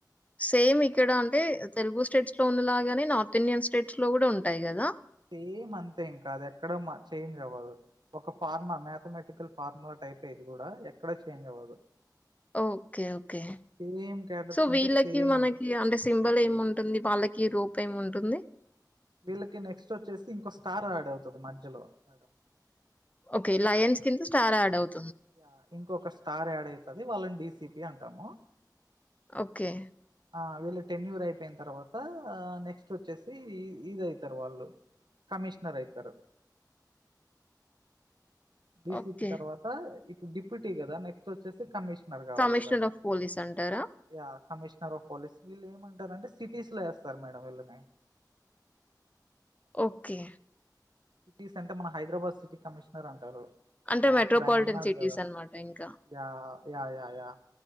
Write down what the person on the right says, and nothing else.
సేమ్ అంతే ఇంకా అది ఎక్కడ మా చేంజ్ అవ్వదు ఒక ఫార్మా మ్యాథమెటికల్ ఫార్ములా టైప్ ఇది కూడా ఎక్కడ చేంజ్ అవ్వదు
same characters
ఉంటే
సేమ్
ఉంటాయి
వీళ్ళకి నెక్స్ట్ వచ్చేసి ఇంకో స్టార్ యాడ్ అవుతుంది మధ్యలో మేడం
యా ఇంకొక స్టార్ యాడ్ అవుతది వాళ్ళని డిసి పి అంటాము
ఆ వీళ్ళు టెన్యూర్ అయిపోయిన తర్వాత నెక్స్ట్ వచ్చేసి ఇ ఇది అయితారు వాళ్ళు కమిషనర్ అయితారు బిసిపి
తర్వాత డిప్యూటీ కదా నెస్ట్ వచ్చేసి కమిషన్ మరి కావాలి
కదా
ఇగా కమిషనర్ ఆఫ్ పోలీస్ వీళ్ళు ఏమంటారంటే సిటీస్ లో వేస్తారు మేడం వీళ్ళని
సిటీస్ అంటే మన హైదరాబాద్ సిటీ కమిషనర్ అంటారు
ఆ
ఇప్పుడు ఆయన ఉన్నారు
కదా
యా యా యా యా